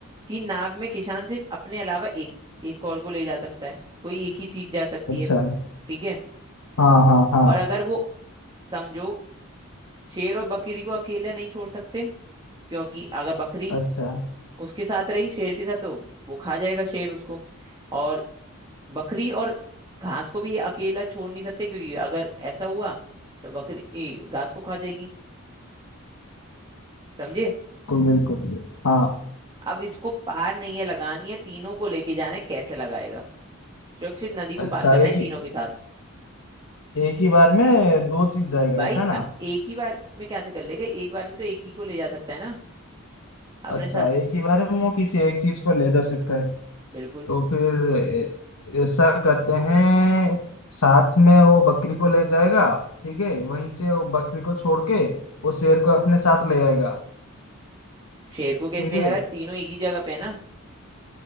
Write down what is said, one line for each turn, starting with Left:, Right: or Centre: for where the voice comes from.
Right: कि नाव में किसान सिर्फ अपने अलावा एक एक और को ले जा सकता है कोई एक ही चीज जा सकती
Left: अच्छा
Right: है ठीक है
Left: हाँ हाँ हाँ
Right: और अगर वो समझो शेर और बकरी को अकेले नहीं छोड़ सकते क्योंकि अगर बकरी
Left: अच्छा
Right: उसके साथ रही शेर के साथ तो वो खा जाएगा शेर उसको और बकरी और घास को भी अकेला छोड़ नहीं सकते क्योंकि अगर ऐसा हुआ तो बकरी ए, घास को खा जाएगी समझे
Left: बिल्कुल बिल्कुल हाँ
Right: अब इसको पार नहीं है लगानी है तीनों को लेके जाना है कैसे लगाएगा सुरक्षित नदी को
Left: अच्छा
Right: पार करना
Left: एक
Right: है
Left: ही
Right: तीनों के साथ
Left: एक ही बार में दो चीज जाएगा
Right: भाई
Left: ऐसा ना
Right: अ- एक ही बार में कैसे कर लेगा एक बार में तो एक ही को ले जा सकता है ना अपने
Left: अच्छा
Right: साथ
Left: एक ही बार
Right: अ,
Left: में वो किसी एक चीज को ले जा सकता है
Right: बिल्कुल
Left: तो फिर ए- ऐसा करते हैं साथ में वो बकरी को ले जाएगा ठीक है वहीं से वो बकरी को छोड़ के वो शेर को अपने साथ ले आएगा
Right: शेर को कैसे
Left: ठीक
Right: ले
Left: है
Right: आएगा तीनों एक ही जगह पे है ना